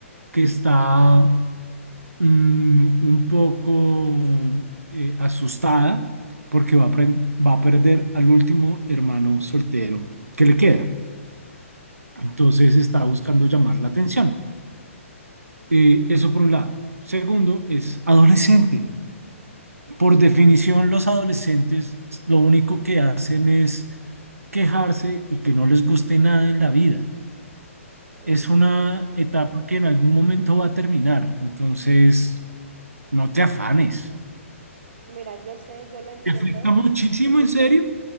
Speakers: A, on the right; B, on the right.
A: que está mm, un poco eh, asustada porque va a, pren- va a perder al último hermano soltero que le queda. Entonces está buscando llamar la atención. Eh, eso por un lado. Segundo, es adolescente. Por definición, los adolescentes lo único que hacen es quejarse y que no les guste nada en la vida.
B: Sí,
A: Es una etapa que en algún momento va a terminar, entonces no te afanes.
B: mira, yo sé, yo lo entiendo.
A: ¿Te afecta muchísimo, en serio?